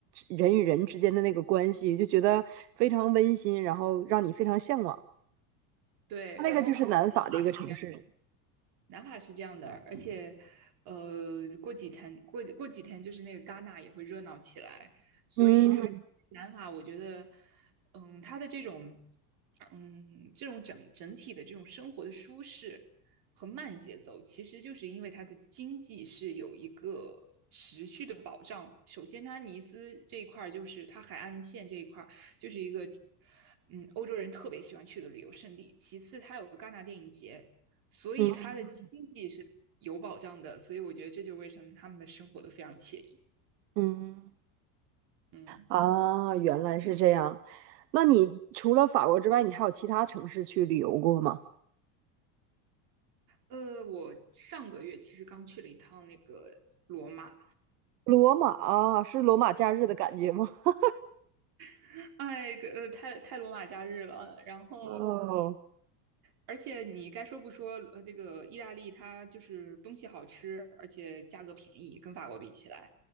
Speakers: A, on the right; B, on the right.
A: 人与人之间的那个关系，就觉得非常温馨，然后让你非常向往。
B: 对，
A: 那个就是南法的一个城市，
B: 然后南法是这样的，南法是这样的，而且，呃，过几天过过几天就是那个戛纳也会热闹起来，所以它南法我觉得，
A: 嗯
B: 嗯，它的这种，嗯，这种整整体的这种生活的舒适和慢节奏，其实就是因为它的经济是有一个持续的保障。首先，它尼斯这一块儿就是它海岸线这一块儿就是一个。嗯，欧洲人特别喜欢去的旅游胜地。其次，它有戛纳电影节，所以他的经济是有保障的，
A: 嗯
B: 所以我觉得这就是为什么他们的生活都非常惬意。
A: 嗯
B: 嗯，
A: 啊，原来是这样。那你除了法国之外，你还有其他城市去旅游过吗？
B: 呃，我上个月其实刚去了一趟那个罗马，
A: 罗马啊是罗马假日的感觉吗？<laughs>
B: <laughs> 哎，呃，太太罗马假日了，然后。
A: 哦，
B: 而且你该说不说，呃，这个意大利它就是东西好吃，而且价格便宜，跟法国比起来。